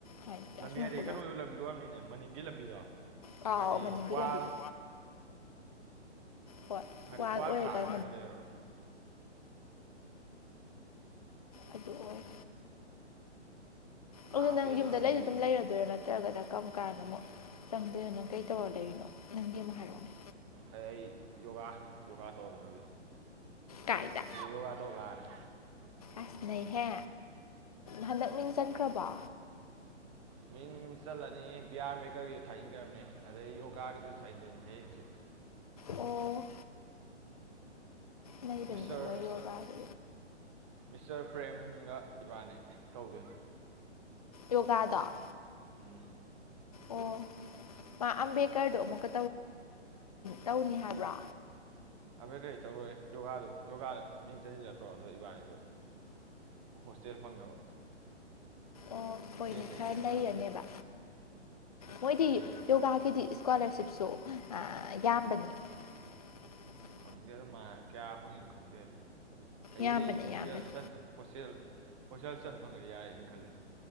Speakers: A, on the left; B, on the right.
A: ꯍꯥꯏꯀꯣ
B: ꯂꯝꯕꯤ ꯍꯥꯏꯗꯤ ꯀꯩꯅꯣꯒꯤ ꯂꯝꯕꯤꯗꯣ ꯑꯣꯏꯔꯝꯅꯤꯅꯦ ꯃꯅꯤꯡꯒꯤ ꯂꯝꯕꯤꯗꯣ
A: ꯑ
B: ꯍꯥꯏꯗꯤ
A: ꯃꯅꯤ
B: ꯋꯥꯜ
A: ꯂꯝꯕꯤ <inaudible> ꯍꯣꯏ
B: ꯍꯥꯏꯗꯤ
A: ꯋꯥ ꯑꯣꯏꯔꯦ
B: ꯋꯥꯜ ꯈꯥꯛꯑꯒ
A: ꯀꯥꯏ
B: ꯀꯩꯅꯣ ꯂꯩꯔꯕ
A: ꯑꯗꯨ ꯑꯣꯏ ꯑꯗꯨꯗ
B: ꯂꯥꯞꯄꯦꯗ
A: ꯅꯪ ꯌꯨꯝꯗ
B: ꯅꯣꯏꯗꯨꯗꯤ
A: ꯂꯩꯗꯨ ꯑꯗꯨꯝ ꯂꯩꯔꯗꯣꯏꯔꯣ ꯅꯠꯇ꯭ꯔꯒꯅ ꯀꯔꯝ ꯀꯥꯟꯗ ꯑꯃꯨꯛ ꯆꯪꯗꯣꯏꯅꯣ ꯅꯪ ꯀꯩ ꯛꯇ ꯑꯣꯔꯗꯔꯤꯅꯣ ꯅꯪꯒꯤ ꯑꯃꯨꯛ ꯍꯥꯏꯔꯛꯑꯣꯅꯦ
B: ꯑꯩ ꯌꯣꯒꯥ ꯌꯣꯒꯥ ꯇꯧꯗꯅ
A: ꯀꯥꯏꯗ
B: ꯌꯣꯒꯥ ꯇꯧꯒꯅꯦ
A: ꯑꯁ ꯅꯍꯦ ꯍꯟꯗꯛ ꯃꯤꯡ ꯆꯟꯈ꯭ꯔꯕꯣ
B: ꯃꯤ ꯆꯠꯂꯅꯤ ꯕꯤ ꯑꯥꯔ ꯕꯦꯀꯔꯒꯤꯗ ꯊꯥꯖꯤꯟꯈ꯭ꯔꯕꯅꯤ ꯑꯗꯩ ꯌꯣꯒꯥꯒꯤꯗꯨꯁꯨ ꯊꯥꯖꯤꯟꯗꯣꯏꯅꯤ ꯍꯌꯦꯡꯆ
A: ꯑꯣ ꯃꯍꯕꯅꯤ
B: ꯃꯤꯁꯇꯔ
A: ꯍꯥꯏ ꯃꯣꯏ ꯌꯒꯥꯒ
B: ꯃꯤꯁꯇꯔ ꯄ꯭ꯔꯦꯝꯒ ꯏꯕꯥꯅꯤ ꯇꯧꯗꯣꯏꯅꯤ
A: ꯌꯣꯒꯥꯗ
B: ꯎꯝ
A: ꯑꯣ ꯃꯥ ꯑꯝꯕꯦꯗꯀꯔꯗꯨꯣ ꯑꯃꯨꯛꯀ ꯇꯧꯅꯤ ꯍꯥꯏꯕ꯭ꯔꯥ
B: ꯑꯚꯩ ꯀꯔꯤ ꯇꯧꯔꯣꯏ ꯌꯣꯒꯥꯗꯨ ꯌꯣꯒꯥꯗ ꯃꯤꯡ ꯆꯁꯤꯜꯂꯗ꯭ꯔꯣ ꯑꯗꯣ ꯏꯕꯥꯅꯤꯗꯨ ꯍꯣꯁꯇꯦꯜ ꯐꯪꯅꯕ
A: ꯑꯣ ꯍꯣꯏꯅꯦ
B: ꯔꯦꯟꯇꯩ
A: ꯈꯔ
B: ꯂꯩꯔꯣꯏꯕ
A: ꯂꯩꯔꯅꯦꯕ ꯃꯣꯏꯗꯤ
B: ꯅꯩꯕꯗꯤ
A: ꯌꯣꯒꯥꯒꯤꯗꯤ ꯏꯁꯀꯣꯂꯥꯔꯁꯤꯞꯁꯨ ꯌꯥꯝꯕꯅꯤ <unintelligible>
B: ꯈꯪꯗꯦ ꯑꯗꯨꯃ ꯀꯌꯥ ꯐꯪꯏꯤ ꯈꯪꯗꯦ ꯑꯗꯨ ꯑꯩꯕꯨꯗꯤ
A: ꯌꯥꯝꯕꯅꯦ
B: ꯍꯣꯁꯇꯦꯜ
A: ꯌꯥꯝꯕꯅꯦ
B: ꯍꯣꯁꯇꯦꯜ ꯍꯣꯁꯇꯦꯜ ꯆꯟ ꯐꯪꯉꯅꯤ ꯌꯥꯏꯩꯅ ꯈꯜꯂꯤ